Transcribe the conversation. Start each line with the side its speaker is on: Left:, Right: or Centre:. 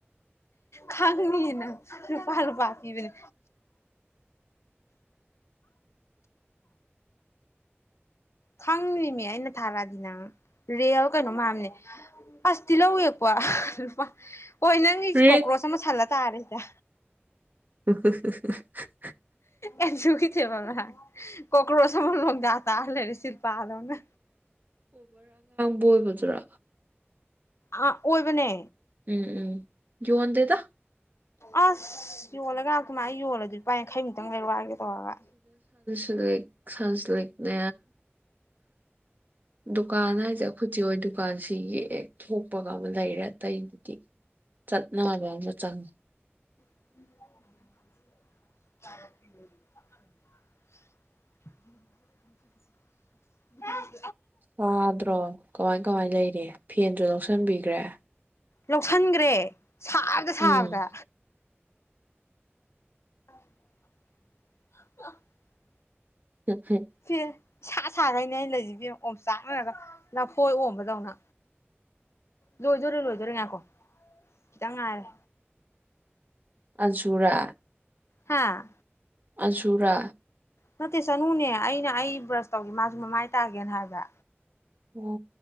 Left: ꯈꯪꯉꯅꯤꯅ ꯐꯜ ꯄꯥꯀꯤꯕꯅꯦ ꯈꯪꯗꯔꯤꯅꯦ ꯑꯩꯅ ꯊꯥꯔꯛꯑꯗꯤ ꯅꯪ ꯔꯤꯌꯦꯜ ꯀꯩꯅꯣ ꯃꯥꯝꯅꯦ ꯑꯁꯇꯤꯜꯍꯧꯋꯛꯄꯣ ꯂꯨꯄꯥ ꯍꯣꯏ ꯅꯪꯒꯤ
Right: ꯔꯦꯠ
Left: ꯀꯀ꯭ꯔꯣꯁ ꯑꯃ ꯁꯜꯂꯦ ꯇꯥꯔꯦꯗ
Right: <unintelligible>
Left: ꯑꯦꯖꯨꯀꯤꯁꯦꯕ <unintelligible> ꯀꯣꯀ꯭ꯔꯣꯁ ꯑꯃ ꯂꫭꯡꯗ ꯇꯥꯂꯩꯔꯦ ꯁꯤꯜꯄꯥ ꯗꯧꯅ
Right: ꯕꯣꯏꯕꯖꯨꯔ
Left: ꯑ ꯑꯣꯏꯕꯅꯦ
Right: ꯎꯝ ꯎꯝ ꯌꫭꯟꯗꯦꯗ
Left: ꯑꯁ ꯌꯣꯜꯂꯒ ꯂꯥꯛꯇꯨꯅ ꯑꯩ ꯌꯣꯜꯂꯗꯤ ꯂꯨꯄꯥ ꯌꯥꯡꯈꯩꯃꯨꯛꯇꯪ ꯂꯩꯔꯛꯑꫭ ꯍꯥꯏꯒꯦ ꯇꯧꯔꯒ
Right: <inaudible> ꯁꯥꯟꯁꯂꯤꯛꯅꯦ ꯗꯨꯀꯥꯟ ꯍꯥꯏꯁꯦ ꯑꯩꯈꯣꯏ ꯆꯦꯍꫭꯏ ꯗꯨꯀꯥꯟꯁꯤ ꯁꯤꯗꯒꯤ ꯌꯦꯛ ꯊꯣꯛꯄꯒ ꯑꯃ ꯂꯩꯔꯦ ꯑꯇꯩꯗꯨꯗꯤ ꯆꯠ ꯅ ꯥꯎ ꯃ ꯆꯥꯡꯒ
Left: <inaudible>
Right: ꯁꯥꯗ꯭ꯔꯣ ꯀꯃꯥꯏ ꯀꯃꯥꯏ ꯂꯩꯔꯤ ꯐꯦꯟꯁꯨ ꯂꯧꯁꯟꯕꯤꯈ꯭ꯔꯦ
Left: ꯂꯧꯁꯟꯈ꯭ꯔꯦ ꯁꯥꯕꯗ
Right: ꯎꯝ
Left: ꯁꯥꯕꯗ <inaudible> <inaudible>
Right: <inaudible>
Left: ꯁꯤꯔꯦ ꯁꯥ ꯁꯥꯈꯩꯅꯦ ꯂꯩꯁꯤ ꯐ ꯑꯣꯝ ꯆꯥꯅꯔꯒ ꯂꯐꯣꯏ ꯑꯣꯝꯕꯗꯧꯅ ꯂꯣꯏꯗꯣꯔꯦ ꯂꯣꯏꯗꯣꯔꯦ ꯉꯥꯏꯈꯣ ꯈꯤꯇꯪ ꯉꯥꯏꯔꯦ
Right: ꯑꯆꯨꯔꯥ
Left: ꯍꯥꯥ
Right: ꯑꯖꯨꯔꯥ
Left: ꯅꯠꯇꯦ ꯆꯅꯨꯅꯦ ꯑꯩꯅ ꯑꯩ ꯕ꯭ꯔꯁ ꯇꯧꯒꯦ ꯃꯥꯁꯨ ꯃꯃꯥꯏ ꯇꯥꯒꯦꯅ ꯍꯥꯏꯕ
Right: ꯑꯣ